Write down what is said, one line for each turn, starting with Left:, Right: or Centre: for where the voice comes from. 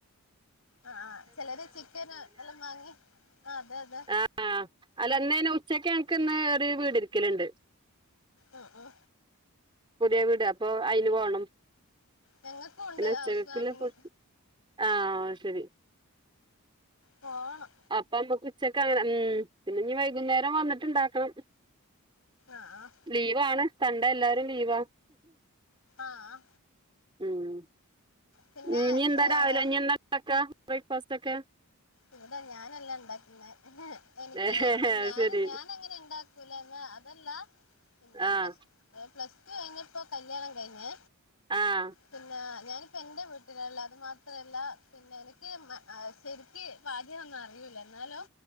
Left: ആ ചിലര് ചിക്കന് എല്ലാം വാങ്ങി ആഹ് അതെ അതെ
Right: ആ അ അല്ലന്ന്നി ഉച്ചക്ക് ഞങ്ങക്ക് ഇന്ന് ഒരു വീട് ഇരിക്കലിണ്ട്
Left: ആ ആ
Right: പുതിയ വീട് അപ്പൊ അയിന്പോണം
Left: ഞങ്ങക്കും ഉണ്ട്
Right: പിന്നെ ഉച്ചക്കക്കില്ലെ
Left: ഹൗസ് വാമിങ്
Right: ഫു ആഹ് ശരി
Left: പോണം
Right: അപ്പമ്മക്ക് ഉച്ചക്കങ്ങനെ ഉം പിന്നെനി വൈകുന്നേരം വന്നിട്ടിണ്ടാക്കണം
Left: ആഹ് ആഹ്
Right: ലീവാണ് സണ്ടെ എല്ലാരും ലീവാ
Left: ആഹ്
Right: ഉം
Left: പിന്നെ
Right: ഇനീ എന്താ
Left: ഏഹ്
Right: രാവിലെ ഇനി എന്താ ഇണ്ടാക്ക ബ്രേക്ക്ഫാസ്റ്റൊക്കെ
Left: ഇവടെ ഞാനല്ല ഇണ്ടാക്കുന്നെ ഹ് എനിക്ക്
Right: ഏഹ്
Left: പിൻ ഞാൻ
Right: ശരി
Left: ഞാൻ അങ്ങനെണ്ടാക്കൂല്ല എന്ന അതല്ല പിന്നെ
Right: ആഹ്
Left: പ്ലസ് ഏ പ്ലസ് റ്റു കഴിഞ്ഞപ്പോ കല്യാണംകഴിഞ്ഞ്
Right: ആഹ്
Left: പിന്നെ ഞാനിപ്പെന്റെ വീട്ടിലല്ല അത് മാ ത്രല്ല പിന്നെനിക്ക് ശെരിക്ക് ഭാഗ്യംവന്നതാ പണിയുല്ല എന്നാലും